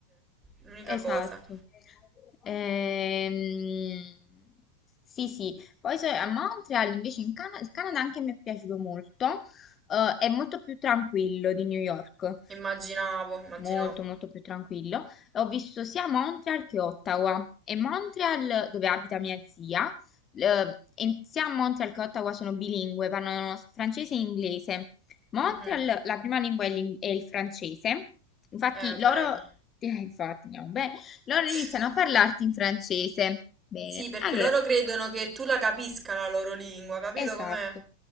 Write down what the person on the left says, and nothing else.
esatto.
Ehm, sì, sì. Poi so- a Montreal, invece, in Cana- il Canada anche mi è piaciuto molto. eh, è molto più tranquillo di New York.
molto molto più tranquillo. E Ho visto sia Montreal che Ottawa e Montreal, dove abita mia zia, eh, e sia Montreal che Ottawa sono bilingue, parlano francese e inglese. Montreal,
la prima lingua è, l'in- è il francese, infatti
loro, <laughs> eh, infatti, andiamo bene, loro
iniziano a parlarti in francese. Bene,
allora.
Esatto.